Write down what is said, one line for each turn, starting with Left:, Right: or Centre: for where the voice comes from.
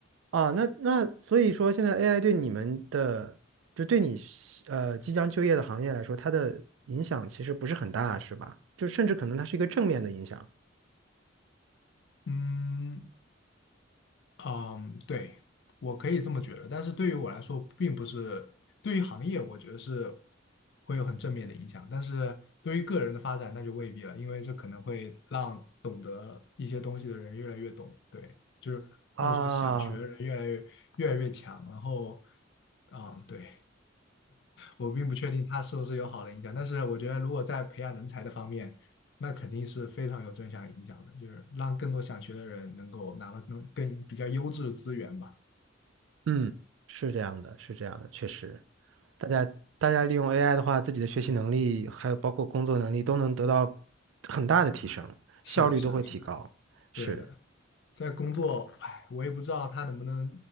Right: 啊，那那所以说现在 AI 对你们的，就对你呃即将就业的行业来说，它的影响其实不是很大，是吧？就甚至可能它是一个正面的影响
Left: 嗯，嗯，对，我可以这么觉得，但是对于我来说，并不是对于行业，我觉得是会有很正面的影响，但是对于个人的发展，那就未必了，因为这可能会让懂得一些东西的人越来越懂，对，就是或者说想学的人越来越越来越强，
Right: 啊，
Left: 然后，嗯，对。我并不确定它是不是有好的影响，但是我觉得如果在培养人才的方面，那肯定是非常有正向影响的，就是让更多想学的人能够拿到更更比较优质的资源吧。
Right: 嗯，是这样的，是这样的，确实。大家大家利用 AI 的话，自己的学习能力还有包括工作能力都能得到很大的提升，
Left: 是的，
Right: 效率都会提高。
Left: 是的，是的，对的。
Right: 是，
Left: 在工作，哎，我也不知道它能不能